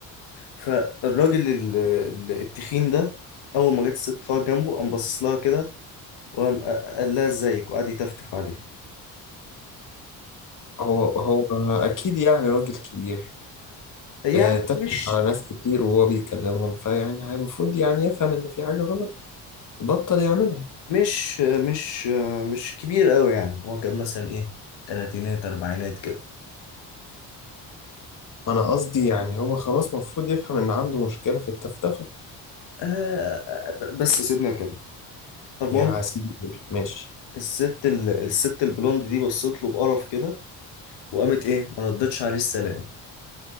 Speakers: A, on the left; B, on the left.
A: فالراجل ال- ال- التخين ده اول ما جت الست طاق جنبه قام باصص لها كده وقام قال لها ازيك وقعد يتفتف عليها
B: هو هو أكيد يعني راجل كبير
A: فيعني
B: آه تفتح
A: مش
B: على ناس كتير وهو بيكلمهم فيعني هي المفروض يعني يفهم إن في حاجة غلط يبطل يعملها
A: مش مش مش كبير قوي يعني هو كان مثلا ايه تلاتينات اربعينات كده
B: وأنا قصدي يعني هو خلاص المفروض يفهم إن عنده مشكلة في التفتفة
A: آه بس سيبنا اكمل فالمهم
B: يا سيدي ماشي
A: الست ال- الست البلوند دي بصت له بقرف كده وقامت ايه ما ردتش عليه السلام